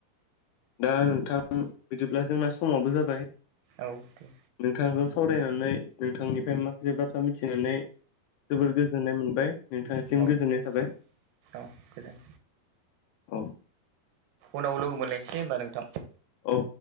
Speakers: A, on the left; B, on the right.
A: दा नोंथां बिदिब्ला जोंना समाबो जाबाय
B: औ दे।
A: नोंथांजों सावरायनानै नोंथांनिफ्राय माखासे बाथ्रा मिथिनानै जोबोर गोजोननाय मोनबाय। नोंथांनिसिम
B: औ
A: गोजोननाय थाबाय
B: औ गोजोन
A: औ।
B: उनाव लोगो मोनलायनोसै ने होमबा नोंथां।
A: औ।